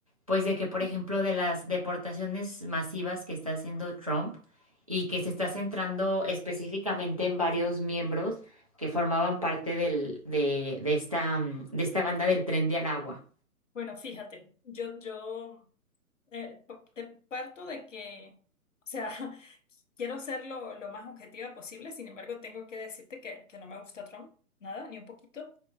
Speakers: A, on the right (about 25°); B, on the left (about 55°).
A: pues de que, por ejemplo, de las deportaciones masivas que está haciendo Trump y que se está centrando específicamente en varios miembros que formaban parte del, de, de esta, mm, de esta banda del Tren de Aragua?
B: Bueno, fíjate, yo, yo Eh, pa- te parto de que, o sea, <laughs> quiero ser lo, lo más objetiva posible, sin embargo, tengo que decirte que, que no me gusta Trump, nada, ni un poquito.